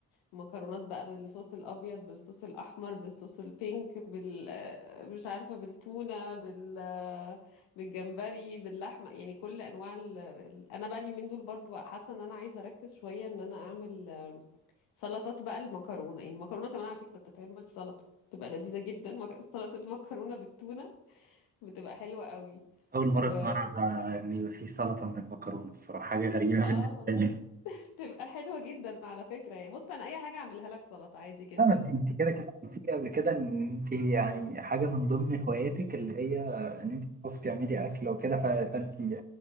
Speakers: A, on the left; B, on the right.
A: مكرونات بقى بالصوص الابيض بالصوص الاحمر بالصوص البينك بال آه، مش عارفه بالتونه بال آه، بالجمبري باللحمه يعني كل انواع ال... ال- انا بقى اليومين دول برضو حاسه ان انا عايزه اركز شويه ان انا اعمل آه، سلطات بقى المكرونه يعني المكرونه كمان على فكره بتتعمل سلطه بتبقى لذيذه جدا مك- سلطه مكرونه بالتونه بتبقى حلوة قوي
B: اول مره
A: و
B: اسمعها عن ان يبقى في سلطه من المكرونه الصراحه حاجه غريبه
A: اه
B: بالنسبه
A: والله
B: لي
A: <laughs> بتبقى حلوة جدا على فكرة يعني بص انا اي حاجة اعملها لك سلطة عادي جدا
B: لا ما انت انت كده كده قلت لي قبل كده ان انت يعني حاجه من ضمن هواياتك اللي هي ان انت بتعرفي تعملي اكل وكده ف- فانت يعني